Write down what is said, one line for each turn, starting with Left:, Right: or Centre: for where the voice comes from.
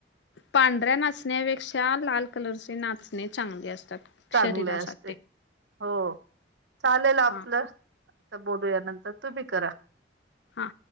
Left: पांढऱ्या नाचण्यापेक्षा लाल कलरचे नाचणी चांगले असतात.
Right: चांगले
Left: शरीरासाठी
Right: असते. हो चालेल आपलं
Left: हा
Right: बोलू या नंतर तुम्ही करा
Left: हा